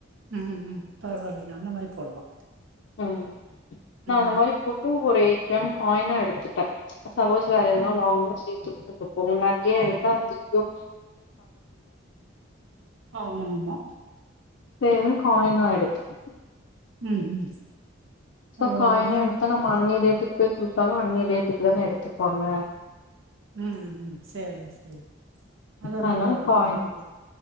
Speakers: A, on the right; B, on the left.
A: ம் ம் பரவால்லைங்க அந்த மாரி போல்லா
B: ம் நா அந்த
A: ம்
B: மாரி போட்டு ஒரே கிராம் காயினா எடுத்துட்ட சபோஸ் வேற எதனா
A: ம்
B: வாங்கணு சீட்டு போனமனா அங்கேயே
A: ஆ
B: எடுத்தா திப்பியு
A: ஆமா ஆமா
B: சேரின் காயினா எடுத்துட்ட
A: ம் ம்
B: சோ
A: பரவால்ல
B: காய்னா
A: அந்த
B: எடுத்தா நம்ம அண்ணி ரேட் ட்டுக்கு குடுத்தாலு அண்ணிய ரேட்டுக்கு தானா எடுத்துப்பாங்க
A: ம் ம் சேரிங் சேரிங் அதெல்லா
B: அதனால
A: ஒரு அளவுக்குத்
B: காயின்
A: தெரியு தோழி